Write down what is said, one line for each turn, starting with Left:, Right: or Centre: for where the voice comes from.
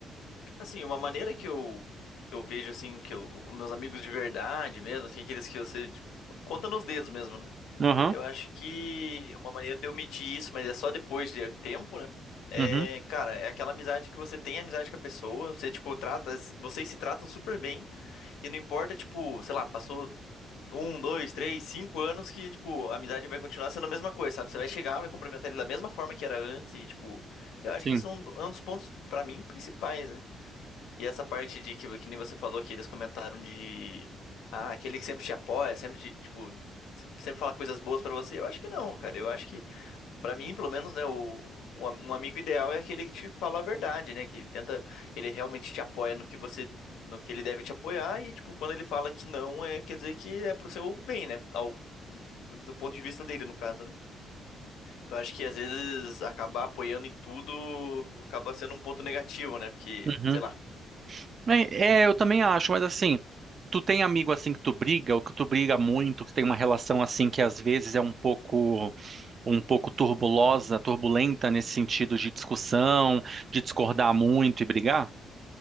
Left: Assim, uma maneira que eu, eu vejo, assim, que eu, os meus amigos de verdade mesmo, assim, aqueles que você, tipo, conta nos dedos mesmo, né?
Right: Aham,
Left: Eu acho que uma maneira de eu medir isso, mas é só depois de tempo, né? É,
Right: uhum,
Left: cara, é aquela amizade que você tem amizade com a pessoa, você, tipo, trata, vocês se tratam super bem, e não importa, tipo, sei lá, passou um, dois, três, cinco anos que, tipo, a amizade vai continuar sendo a mesma coisa, sabe? Você vai chegar, vai cumprimentar ele da mesma forma que era antes e, tipo, eu acho
Right: sim.
Left: que isso é um, é um dos pontos, pra mim, principais, né? E essa parte de que, que nem você falou que eles comentaram de. Ah, aquele que sempre te apoia, sempre te, tipo, sempre fala coisas boas pra você. Eu acho que não, cara. Eu acho que, pra mim, pelo menos, né, o, o am- um amigo ideal é aquele que te fala a verdade, né? Que tenta, ele realmente te apoia no que você, no que ele deve te apoiar e, tipo, quando ele fala que não, é, quer dizer que é pro seu bem, né? Ao, do, do ponto de vista dele, no caso, né? Eu acho que às vezes acabar apoiando em tudo acaba sendo um ponto negativo, né? Porque,
Right: Sim.
Left: sei lá,
Right: É, é, eu também acho, mas assim, tu tem amigo assim que tu briga, ou que tu briga muito, que tem uma relação assim que às vezes é um pouco um pouco turbulosa, turbulenta nesse sentido de discussão, de discordar muito e brigar?